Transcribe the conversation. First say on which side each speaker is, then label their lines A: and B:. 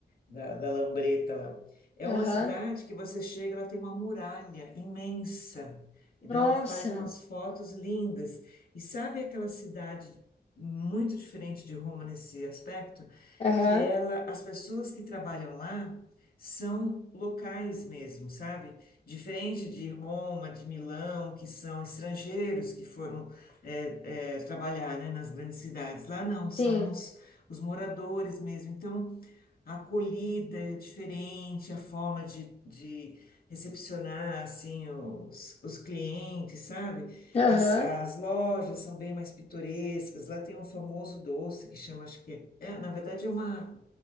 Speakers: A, on the left (about 55°); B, on the left (about 35°).
A: da, da Lambreta lá. É
B: Aham.
A: uma cidade que você chega, ela tem uma muralha imensa e dá,
B: Nossa.
A: faz umas fotos lindas. E sabe aquela cidade muito diferente de Roma nesse aspecto?
B: Aham.
A: Que ela, as pessoas que trabalham lá são locais mesmo, sabe? Diferente de Roma, de Milão, que são estrangeiros que foram é, é, trabalhar, né, nas grandes cidades. Lá não, são
B: Sim.
A: os, os moradores mesmo. Então, a acolhida é diferente, a forma de, de recepcionar assim os, os clientes, sabe?
B: Aham.
A: As, as lojas são bem mais pitorescas. Lá tem um famoso doce que chama, acho que é, é, na verdade é uma